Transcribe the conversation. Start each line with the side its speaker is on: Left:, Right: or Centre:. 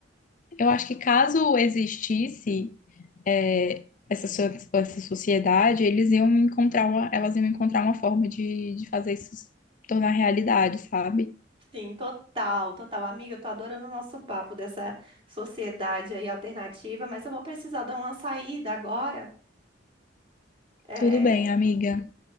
Left: Eu acho que caso existisse é, essa, so- essa sociedade, eles iam encontrar uma, elas iam encontrar uma forma de, de fazer isso se tornar realidade, sabe?
Right: Sim, total, total. Amiga, eu tô adorando o nosso papo dessa sociedade aí alternativa, mas eu vou precisar dar uma saída agora. É,
Left: Tudo bem, amiga.